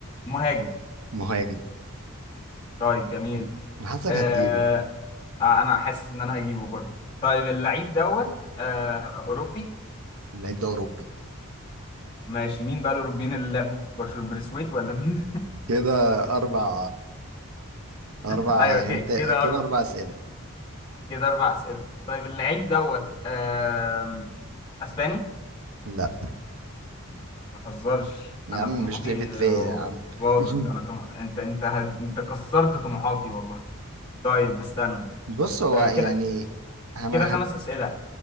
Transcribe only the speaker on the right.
مهاجم
أنا حاسسك
هتجيبه
اللعيب ده اوروبي
كده اربع اربع
هنت
كده اربع اسئله
لا
يا
عم
مش ديفيد فيا
يا عم
<laughs>
بص هو
يعني
انا
هد...